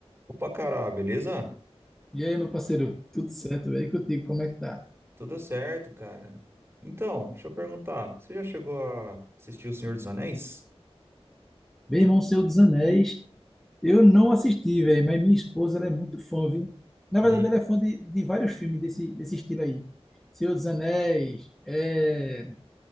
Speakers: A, on the right; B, in the centre.
A: Opa, cara, beleza?
B: E aí, meu parceiro, tudo certo, velho? E contigo, como é que tá?
A: Tudo certo, cara. Então, deixa eu perguntar, você já chegou a assistir O Senhor dos Anéis?
B: Meu irmão, Senhor dos Anéis, eu não assisti, velho, mas minha esposa, ela é muito fã, viu? Na
A: E
B: verdade, ela é fã de, de vários filmes desse, desse estilo aí. Senhor dos Anéis, é...